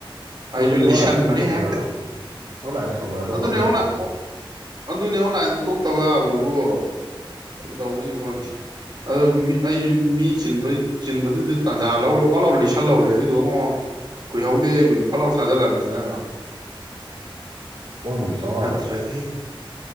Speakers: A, on the right; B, on the right.
A: ꯑꯁ
B: ꯑꯩꯁꯨ
A: ꯑꯗꯨꯗꯤ
B: ꯂꯤꯁꯟꯕꯅꯤ
A: ꯑꯣꯟꯂꯥꯏꯟꯗ ꯁꯨꯝ ꯇꯧꯅꯔꯗꯕ
B: ꯍꯦꯛꯇ
A: ꯑꯣꯟꯂꯥꯏꯟꯗ ꯇꯧꯅꯔꯗꯕ
B: ꯑꯗꯨꯅꯦ
A: ꯄꯣꯠꯅꯤ
B: ꯑꯣ
A: ꯑꯗꯨꯗꯤ
B: ꯂꯥꯛꯑꯣ ꯑꯗꯨꯅꯦ ꯑꯣꯟꯂꯥꯏꯟꯗ ꯇꯣꯛ ꯇꯧ ꯌꯥꯕꯗꯨꯕꯨ ꯀꯩ ꯇꯧꯕꯩꯅꯣ ꯈꯪꯗꯦ
A: ꯎꯝ
B: ꯑꯗꯣ ꯑꯩ ꯃꯤ ꯆꯤꯟ ꯆꯤꯟꯕꯗꯨꯗ ꯇꯟꯖꯥ ꯂꯧꯔ ꯐꯠ ꯂꯧꯅ ꯂꯤꯁꯟ ꯍꯧꯔꯦ ꯑꯗꯨꯗꯣꯉꯣ ꯀꯨꯏꯍꯧꯗꯦ ꯑꯩꯕꯨꯗꯤ ꯐꯠ ꯂꯥꯎ ꯊꯥꯖꯤꯜꯂꯝꯃꯦꯗꯅ ꯑꯗꯣ
A: ꯎꯝ ꯍꯣꯡꯉꯝꯕꯅꯤ ꯆꯥꯝꯃꯉꯥ
B: ꯅꯠꯇ꯭ꯔꯗꯤ
A: ꯑꯣꯏꯕ꯭ꯔꯥ